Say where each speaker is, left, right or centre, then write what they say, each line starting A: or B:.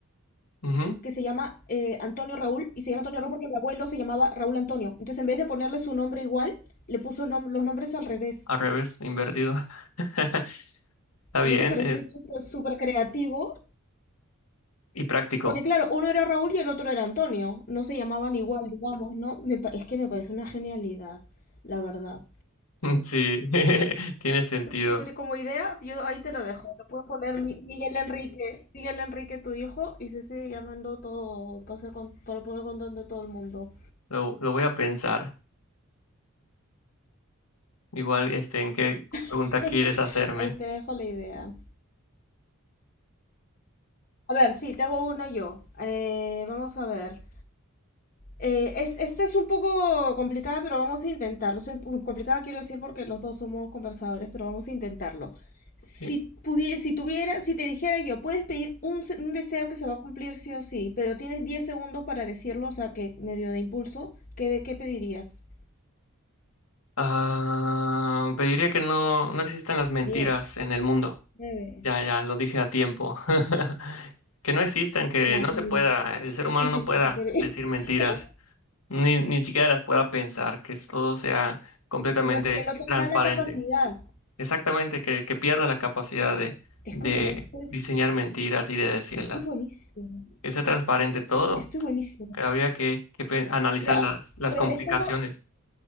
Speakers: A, on the left; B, on the left.
A: Ujú,
B: que se llama eh, Antonio Raúl, y se llama Antonio Raúl porque mi abuelo se llamaba Raúl Antonio. Entonces, en vez de ponerle su nombre igual, le puso el nom- los nombres al revés.
A: Al revés, invertido. <laughs> Está bien,
B: ¿No te parece
A: eh,
B: súper súper creativo?
A: y práctico.
B: Porque claro, uno era Raúl y el otro era Antonio. No se llamaban igual, digamos, ¿no? Me pa- es que me parece una genialidad, la verdad.
A: <laughs> Sí, <laughs> tiene sentido.
B: Súper como idea, yo ahí te lo dejo. Lo puedes poner Mi- Miguel Enrique, Miguel Enrique, tu hijo, y se sigue llamando todo para, hacer con- para poner control de todo el mundo.
A: Lo, lo voy a pensar. Igual, este, ¿en qué pregunta
B: <laughs>
A: quieres hacerme?
B: Ahí te dejo la idea. A ver, sí, te hago una yo. Eh, vamos a ver. Eh, es, esta es un poco complicada, pero vamos a intentarlo. Se- complicada quiero decir porque los dos somos conversadores, pero vamos a intentarlo. Si
A: Sí.
B: pudie- si tuviera, si te dijera yo, puedes pedir un, se- un deseo que se va a cumplir sí o sí, pero tienes 10 segundos para decirlo, o sea, que medio de impulso, ¿qué, de- qué pedirías?
A: Ah, te que no, no existan las mentiras
B: 10,
A: en el mundo.
B: 9,
A: Ya, ya, lo dije a tiempo. <laughs> Que no existan, que
B: las
A: no se
B: mil.
A: pueda, el ser humano
B: Sí, sí,
A: no pueda
B: sí, súper bien.
A: decir mentiras,
B: <laughs>
A: ni, ni siquiera las pueda pensar, que todo sea completamente
B: Que no, que no tenga
A: transparente.
B: la capacidad.
A: Exactamente, que, que pierda la capacidad de,
B: Escúchame,
A: de
B: esto es,
A: diseñar mentiras y de decirlas.
B: esto es buenísimo.
A: Que sea transparente todo,
B: Esto es buenísimo.
A: pero había que, que pe- analizar
B: Pero,
A: las, las
B: pero
A: complicaciones.
B: estando,